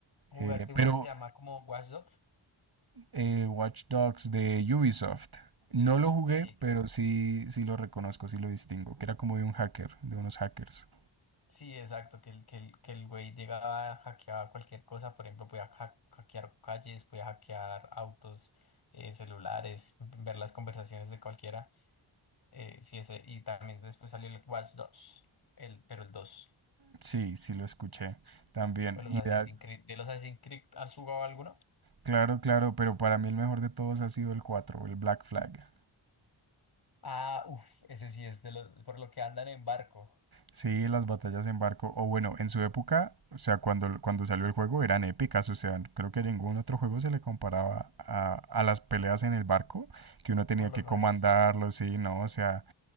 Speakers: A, on the left; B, on the right.
A: ¿Jugaste
B: Eh, pero
A: uno que se llama como Watch Dogs?
B: eh, Watch Dogs de Ubisoft. No lo jugué,
A: Sí.
B: pero sí, sí lo reconozco, sí lo distingo, que era como de un hacker, de unos hackers.
A: Sí, exacto, que el, que el, que el güey llegaba, a hackear cualquier cosa, por ejemplo, podía ha- hackear calles, podía hackear autos, eh, celulares, ver las conversaciones de cualquiera. eh, sí, ese, y también después salió el Watch 2, el, pero el dos
B: Sí, sí lo escuché también.
A: O los
B: Y
A: Assassin's
B: da-
A: Creed, ¿de los Assassin's Creed has jugado alguno?
B: claro, claro, pero para mí el mejor de todos ha sido el 4, el Black Flag.
A: Ah, uff, ese sí es de los, por lo que andan en barco,
B: Sí, las batallas en barco, o bueno, en su época, o sea, cuando, cuando salió el juego eran épicas, o sea, creo que ningún otro juego se le comparaba a, a las peleas en el barco, que uno tenía
A: por los
B: que comandarlo,
A: navíos.
B: sí, no, o sea,